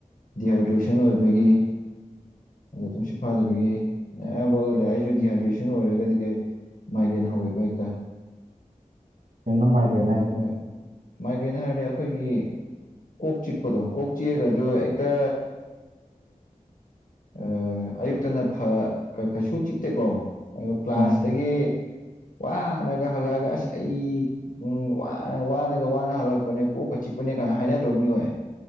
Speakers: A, on the left; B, on the right.
A: ꯗꯤꯍꯥꯏꯗ꯭ꯔꯦꯁꯟ ꯑꯣꯏꯕꯒꯤ ꯑꯗꯣ ꯇꯨꯡꯁꯤꯠ ꯐꯥꯗꯕꯒꯤ ꯑꯌꯥꯝꯕ ꯑꯣꯏꯒꯜꯂꯦ ꯑꯩꯁꯨ ꯗꯤꯍꯥꯏꯗ꯭ꯔꯦꯁꯟ ꯑꯣꯏꯔꯒꯗꯤ ꯃꯥꯏꯒ꯭ꯔꯦꯟ ꯍꯧꯋꯤꯕ ꯍꯦꯛꯇ
B: ꯀꯩꯅꯣ ꯃꯥꯏꯒ꯭ꯔꯦꯟ
A: ꯅꯍꯥꯟꯋꯥꯏ
B: ꯍꯥꯏꯁꯦ
A: ꯃꯥꯏꯒ꯭ꯔꯦꯟ ꯍꯥꯏꯔꯗꯤ ꯑꯩꯈꯣꯏꯒꯤ ꯀꯣꯛ ꯆꯤꯛꯄꯗꯣ ꯀꯣꯛ ꯆꯤꯛꯑꯒꯁꯨ ꯍ‌ꯦꯛꯇ ꯑ ꯑꯌꯨꯛꯇꯅ ꯐ ꯀꯩꯁꯨ ꯆꯤꯛꯇꯦꯀꯣ ꯑꯗꯨ ꯀ꯭ꯂꯥꯁꯇꯒꯤ
B: ꯎꯝ
A: ꯋꯥꯅꯒ ꯍꯜꯂꯛꯑꯒ ꯑꯁ ꯑꯩ ꯎꯝ ꯋꯥꯅ ꯋꯥꯅꯒ ꯋꯥꯅ ꯍꯜꯂꯛꯄꯅꯦ ꯀꯣꯛꯀ ꯆꯤꯛꯄꯅꯦ ꯀꯥꯏꯅ ꯍꯥꯏꯅꯗꯔꫭ ꯃꯤꯑꯣꯏ